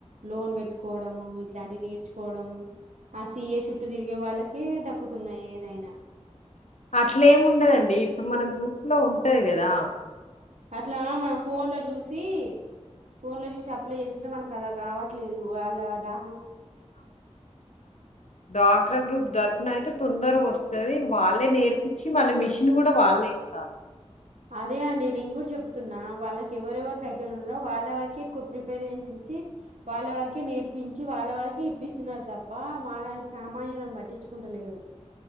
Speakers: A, on the right; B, on the left.
A: లోన్ పెట్టుకోవడము ఇట్లాంటివి నేర్చుకోవడము ఆ సిఏ చుట్టూ తిరిగే వాళ్ళకే దక్ క్కుతున్నాయి ఏదైనా
B: అట్లా ఏం ఉండదండి ఇప్పుడు మన గ్రూప్ లో ఉంటది గదా
A: అట్లా మన ఫోన్ ల జూసి ఫోన్ ల జూసి అప్లై చేసుకుంటే మనకు అలా రావట్లేదు వాళ్ళ డా
B: డాక్రా గ్రూప్ దర్పుణ అయితే తొందరగా వస్తది వాళ్ళే నేర్పించి మళ్ళీ మిషన్ కూడా వాళ్ళే ఇస్తారు
A: అదే అండి నేను కూడా చెప్తున్నా వాళ్ళకి ఎవరెవరు దగ్గర ఉన్నారో వాళ్ళవరికె ఎక్కువ ప్రిపరేచేయించి వాళ్ళ వరకే నేర్పించి వాళ్ళ వరకే ఇప్పిస్తున్నారు తప్ప మా లాంటి సామాన్యులను పట్టించుకుంటలేరు